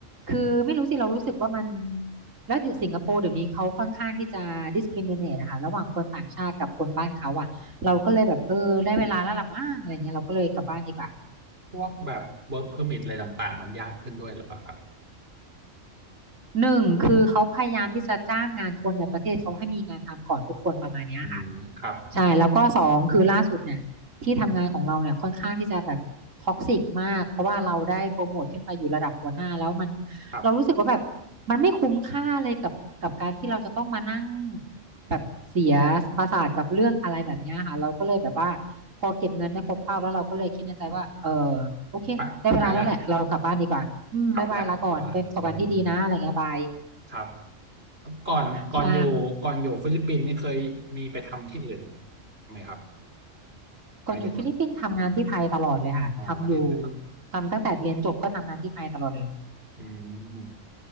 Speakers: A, on the right (about 80°); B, on the right (about 50°).
A: คือไม่รู้สิเรารู้สึกว่ามันแล้วเดี๋ยวสิงคโปร์เดี๋ยวนี้เขาค่อนข้างที่จะ discriminate นะคะระหว่างคนต่างชาติกับคนบ้านเขาอ่ะเราก็เลยแบบเออได้เวลาแล้วล่ะมั้งอะไรเงี้ยเราก็เลยกลับบ้านดีกว่า
B: พวกแบบ work permit อะไรต่างๆมันยากขึ้นด้วยหรือเปล่าครับ
A: หนึ่งคือเขาพยายามที่จะจ้างงานคนในประเทศเขาให้มีงานทำก่อนทุกคนประมาณเนี้ยค่ะ
B: อืมครับ
A: ใช่แล้วก็สองคือล่าสุดเนี่ยที่ทำงานของเราเนี่ยค่อนข้างที่จะแบบท็อกซิกมากเพราะว่าเราได้โปรโมทขึ้นไปอยู่ระดับหัวหน้าแล้วมัน
B: ครับ
A: เรารู้สึกว่าแบบมันไม่คุ้มค่าเลยกับกับการที่เราจะต้องมานั่งแบบเสียประสาทกับเรื่องอะไรแบบเนี้ยค่ะเราก็เลยแบบว่าพอเก็บเงินได้ครบเป้าแล้วเราก็เลยคิดในใจว่าเออโอเคได้เวลาแล้วแหละเรากลับบ้านดีกว่าอืมบายบายลาก่อนเป็นประสบการณ์ที่ดีนะอะไรเงี้ยบาย
B: ไปไปแล้วกลับแล้วพอแล้วอืมครับ ก่อนก่อนอยู่ก่อนอยู่ฟิลิปปินส์นี่เคยมีไปทำที่อื่น
A: ใช่
B: ไหมครับหมายถึงว่า
A: ก่อนอยู่ฟิลิปปินส์ทำงานที่ไทยตลอดเลยค่ะทำอยู่
B: อ๋อที่เคยต้อง
A: ทำตั้งแต่เรียนจบก็ทำงานที่ไทยตลอดเลย
B: อืม